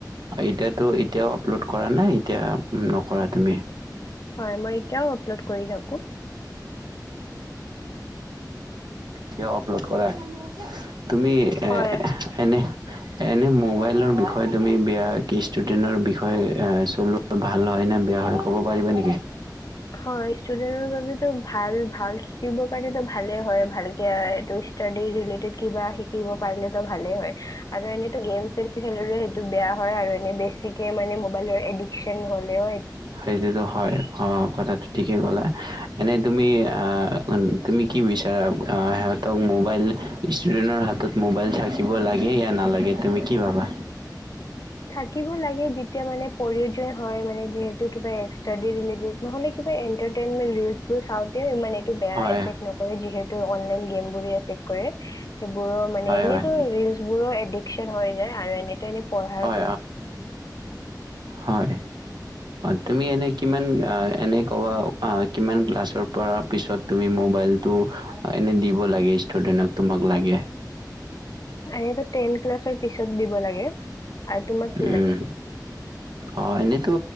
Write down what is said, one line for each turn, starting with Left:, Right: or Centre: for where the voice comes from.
Right: এতিয়াতো এতিয়াও আপলোড কৰা নাই এতিয়া, নকৰা তুমি?
Left: হয় মই এতিয়াও পলোড কৰি থাকো।
Right: কিয় আপলোড কৰা? তুমি
Left: হয়
Right: এ-এনে এনে মোবাইলৰ বিষয়ে তুমি বেয়া কি ষ্টুডেণ্টৰ বিষয়ে চলোৱা ভাল হয় নে বেয়া হয় ক'ব পাৰিবা নেকি?
Left: হয় ষ্টুডেন্টৰ বাবেতো ভাল ভাল শিকিবৰ কাৰণটো ভালে হয়, ভালকে এইটো ষ্টাডি ৰিলেটেড কিবা শিকিব পাৰিলেতো ভালে হয়। আৰু এনেতো গেম-চেম খেলিবলৈ টো বেয়া হয় আৰু এনে বেছি ঠিকে মানে মোবাইলৰ এডিকশ্বন হ'লেও
Right: সেইটোতো হয়, অ' কথাটো ঠিকে ক'লা এনেই তুমি আ তুমি কি বিচাৰা? আ সিহঁতক মোবাইল, ষ্টুডেণ্টৰ হাতত মোবাইল থাকিব লাগে য়া নালাগে তুমি কি ভাবা?
Left: থাকিব লাগে যেতিয়া মানে প্ৰয়োজন হয় মানে, যিহেতু কিবা ষ্টাডী-ৰিলেটেত নহ'লে কিবা এন্টাৰটেইনমেন্ট ৰীলচবোৰ চাওঁতে বেয়া
Right: হয়
Left: এফেক্ট নকৰে যিহেতু অনলাইন গেমবোৰে এফেক্ট কৰে। সেইবোৰৰ মানে,
Right: হয়
Left: এনেইটো
Right: হয়
Left: ৰীলচবোৰো সেইবোৰো এডিকচন হৈ আৰু এনিটাইম পঢ়াৰ
Right: <unintelligible> হয়, তুমি এনেই কিমান এনেই ক'বা, কিমান ক্লাছৰ পৰা পিছত তুমি মোবাইলটো এনেই দিব লাগে ষ্টুডেণ্টক তোমাক লাগে!
Left: এনেইতো টেন ক্লাছৰ পিছত দিব লাগে। আৰু তোমাক কি
Right: উম,
Left: লাগে?
Right: অ' এনেইতো